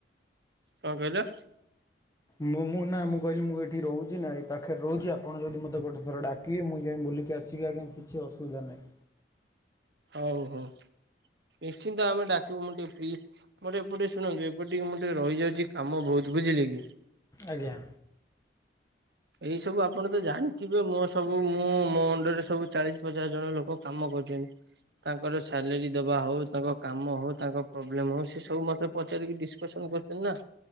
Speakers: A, on the right; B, on the left.
A: କଣ କହିଲ?
B: ମୁଁ ମୁଁ ନା ମୁଁ କହିଲି ମୁଁ ଏଇଠି ରହୁଛି ନା ଏଇ ପାଖରେ ରହୁଛି, ଆପଣ ଯଦି ମତେ ଗୋଟେ ଥର ଡା କିବେ ମୁଁ ଯାଇ ବୁଲିକି ଆସିବି ଆଜ୍ଞା କିଛି ଅସୁବିଧା ନାହିଁ।
A: ହଉ ହଉ ନିଶ୍ଚିନ୍ତ ଆମେ ଡାକିବୁ ମୁଁ ଟିକେ ଫି ମୋର ଏପଟେ ଶୁଣନ୍ତୁ ଏପଟ ଟିକେ ମୁ ଟିକେ ରହିଯାଉଛି କାମ ବହୁତ ବୁଝିଲେ କି।
B: ଆଜ୍ଞା।
A: ଏଇ ସବୁ ଆପଣ ତ ଜାଣିଥିବେ ମୋ ସବୁ ମୁଁ ମୋ ଅଣ୍ଡରେ ସବୁ ଚାଳିଶ ପଚାଶ ଜଣ ଲୋକ କାମ କରୁଛନ୍ତି। ତାଙ୍କର ସାଲେରୀ ଦବା ହଉ ତାଙ୍କ କାମ ହଉ ତାଙ୍କ ପ୍ରୋବ୍ଲେମ୍ ହଉ ସେ ସବୁ ମୋତେ ପଚାରିକି ଡିସସ୍କସନ୍ କରୁ ଚନ୍ତି ନା